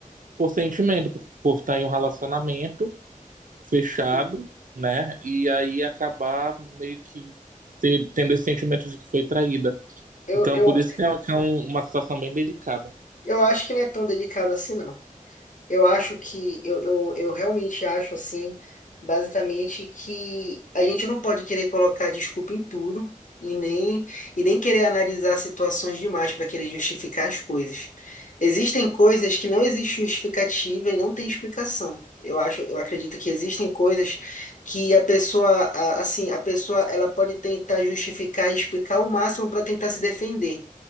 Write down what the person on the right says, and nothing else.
por sentimento, por, por estar em um relacionamento fechado,
né? E aí acabar meio que te- tendo esse sentimento de que foi traída.
Então,
por isso que é, que é um- uma situação bem delicada.